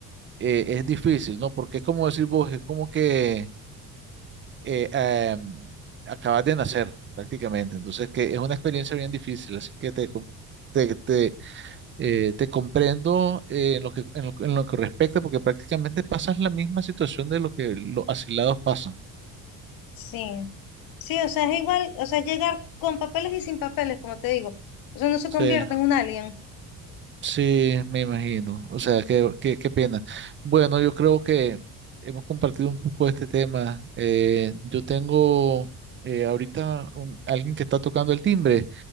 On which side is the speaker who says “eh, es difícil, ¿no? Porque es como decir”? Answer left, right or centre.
Right